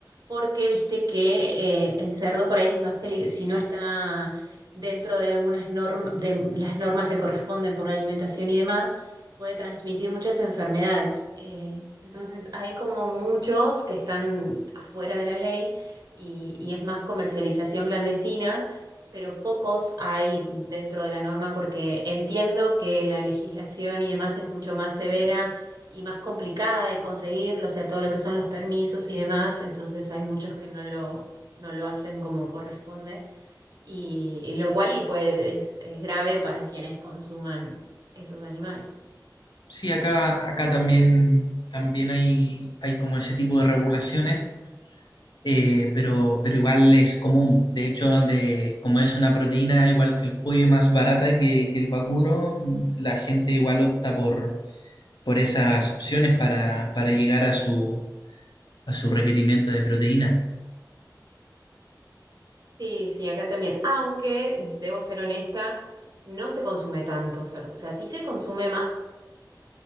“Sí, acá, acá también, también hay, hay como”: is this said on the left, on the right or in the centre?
Left